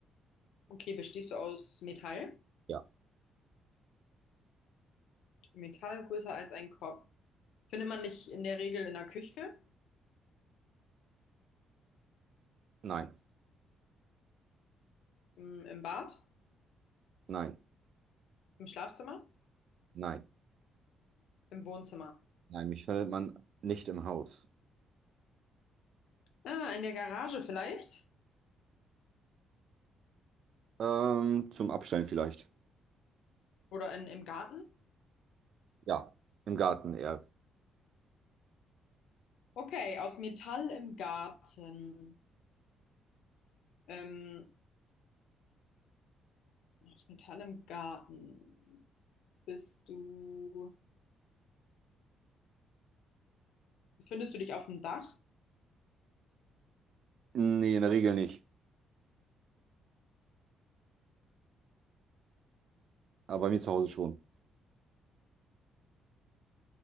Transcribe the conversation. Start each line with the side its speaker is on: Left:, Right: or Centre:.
Left: Okay. Bestehst du aus Metall?
Right: ja,
Left: Metall größer als ein Kopf. Findet man dich in der Regel in der Küche,
Right: nein,
Left: im, im Bad,
Right: nein,
Left: im Schlafzimmer?
Right: nein,
Left: Im Wohnzimmer.
Right: nein. Mich findet man nicht im Haus.
Left: Ah, in der Garage vielleicht?
Right: Ähm, zum Abstellen vielleicht.
Left: Oder in, im Garten?
Right: Ja, im Garten eher.
Left: Okay, aus Metall im Garten. Ähm, aus Metall im Garten. Bist du, befindest du dich auf dem Dach?
Right: Nee, in der Regel nicht. Aber bei mir zu Hause schon.